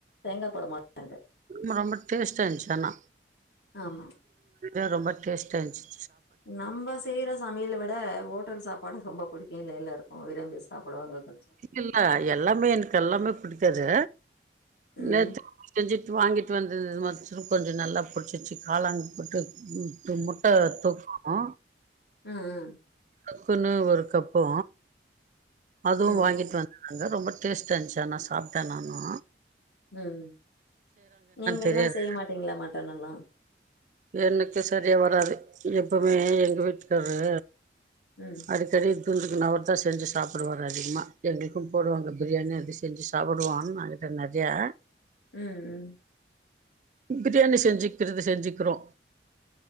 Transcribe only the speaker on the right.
ரொம்ப ரொம்ப டேஸ்டாயிருந்ச்சு ஆனா
<inaudible> ரொம்ப டேஸ்டாருந்துச்சு
இல்ல எல்லாமே எனக்கு எல்லாமே புடிக்காது
நேத்து செஞ்சிட்டு வாங்கிட்டு வந்தது மஷ்ரூம் கொஞ்ச நல்லா புடிச்சிடுச்சு காளான் போட்டு <unintelligible> ட்டா தொக்கூ
க்குன்னு ஒரு கப்பு அதுவு
வாங்கிட்டு வந் அங்க ரொம்ப டேஸ்ட்டாந்ச்சு ஆனா சாப்ட்டே நானூ
தெரியாது.
எனக்கு சரியா வராது எப்புமே எங்க வீட்டுக்கார்ரு
அது தெரிய துண்டுக்குன் அவுர்தா செஞ்சு சாப்புடுவாரு அதிகமா எங்குளுக்கு போடுவாங்க பிரியாணி அத செஞ்சு சாப்புடுவோ <unintelligible> ட்ட நறியா
பிரியாணி செஞ்சிக்றத செஞ்சிக்றோ.